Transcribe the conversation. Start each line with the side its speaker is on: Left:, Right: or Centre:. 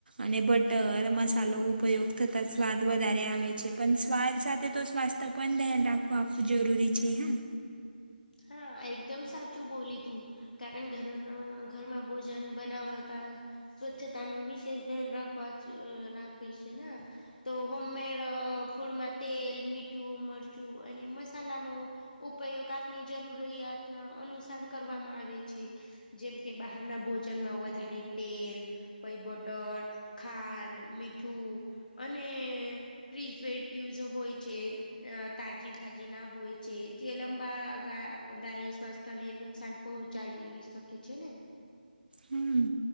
Right: અને બટર મસાલો ઉપયોગ થતા સ્વાદ વધારે આવે છે પણ સ્વાદ સાથે તો સ્થ તો પણ ધ્યાન રાખવો આપું જરૂરી છે હ
Left: હા એકદમ સાચું બોલી તું કારણ ઘર ઘરમાં ભોજન બનાવતા સ્વચ્છતાનું વિશેષ ધ્યાન રાખવા રાખવ છે ને તો હોમ મેડ ફૂડમાં તેલ મીઠું મરચું અને મસાલાનો ઉપયોગ આપની જરૂરિયાત અનુસાર કરવામાં આવે છે જેમ કે બહારના ભોજનમાં વધારે તેલ પાઈ બટર ખાંડ મીઠું અને ફિજવેટિવસ હોય છે તાજી ભાજી ના હોય છે જે લંબા ગાય સ્વાસ્થ્ય ને નુકસાન પહોંચાડી શકે છે ને
Right: હમ